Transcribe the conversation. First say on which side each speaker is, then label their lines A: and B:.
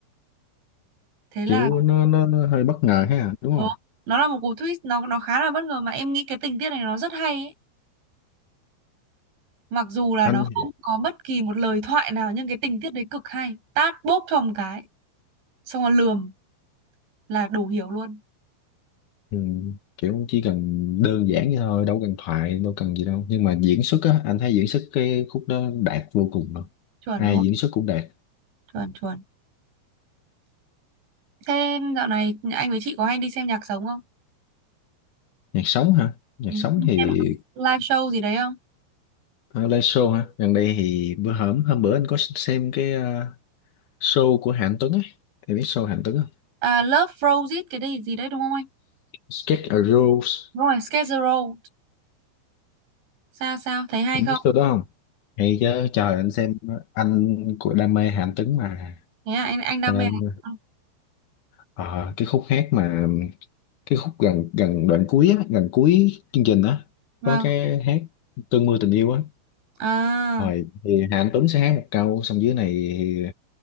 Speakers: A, on the right; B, on the left.
A: Thế là
B: kiểu nó nó, nó hơi bất ngờ ha đúng
A: ờ,
B: không
A: nó là một cú twist nó nó khá là bất ngờ mà em nghĩ cái tình tiết này nó rất hay ấy. Mặc dù là
B: anh
A: nó không có bất kỳ một lời thoại nào nhưng cái tình tiết đấy cực hay. Tát bốp cho một cái, xong rồi lườm là đủ hiểu luôn.
B: Ừ, kiểu chỉ cần đơn giản vậy thôi đâu cần thoại đâu cần gì đâu nhưng mà diễn xuất á anh thấy diễn xuất cái khúc đó đạt vô cùng luôn
A: Chuẩn
B: ai
A: luôn,
B: diễn xuất cũng đạt
A: chuẩn chuẩn. Thế dạo này anh với chị có hay đi xem nhạc sống không?
B: nhạc sống hả nhạc
A: Ừ.
B: sống thì
A: Em có live show gì đấy không?
B: à, live show hả gần đây thì bữa hổm hôm bữa anh có xem cái à, show của Hạnh Tuấn ấy em biết show Hạnh Tuấn không
A: À, Love Frozen cái đấy gì đấy đúng không anh?
B: Sketch a Rose
A: Đúng rồi, Schedule. Road. Sao sao thấy hay
B: em
A: không?
B: biết show đó không hay chứ trời anh xem anh của đam mê Hạnh Tuấn mà
A: Thế à, anh anh đam
B: cho nên
A: mê. à?
B: à, cái khúc hát mà cái khúc gần gần đoạn cuối á, gần cuối chương trình á
A: Vâng.
B: có cái hát cơn mưa tình yêu á
A: À,
B: rồi thì Hà Anh Tuấn sẽ hát một câu xong dưới này thì